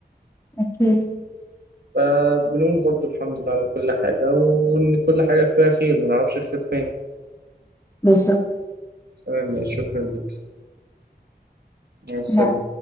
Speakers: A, on the left; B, on the right.
A: أكيد
B: فبنقول برضو الحمد لله على كل حاجة وإن كل حاجة فيها خير ما نعرفش الخير فين
A: بالظبط
B: تمام ماشي، شكرا لك مع السلامة
A: نعم نعم.